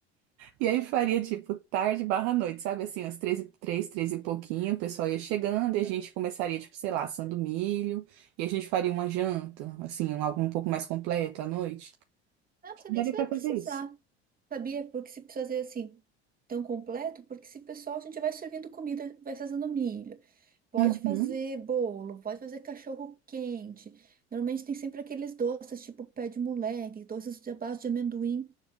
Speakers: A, on the right; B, on the right.
A: E aí faria, tipo, tarde barra noite, sabe? Assim, às três, três, três e pouquinho, o pessoal ia chegando e a gente começaria, tipo, sei lá, assando milho, e a gente faria uma janta, assim, um, algo um pouco mais completo à noite.
B: Não, não sei
A: Daria
B: nem se vai
A: pra
B: precisar.
A: fazer isso.
B: Sabia? Porque se precisa fazer assim tão completo, porque se pessoal a gente vai servindo comida, vai fazendo milho, pode
A: Uhum,
B: fazer bolo, pode fazer cachorro quente. Normalmente tem sempre aqueles doces, tipo pé de moleque, doces de à base de amendoim.